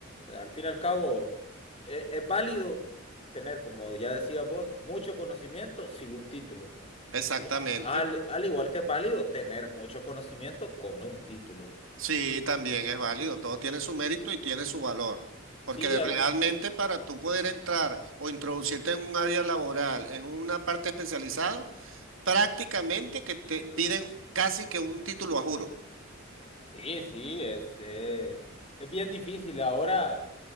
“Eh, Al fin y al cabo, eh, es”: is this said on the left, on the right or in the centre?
Left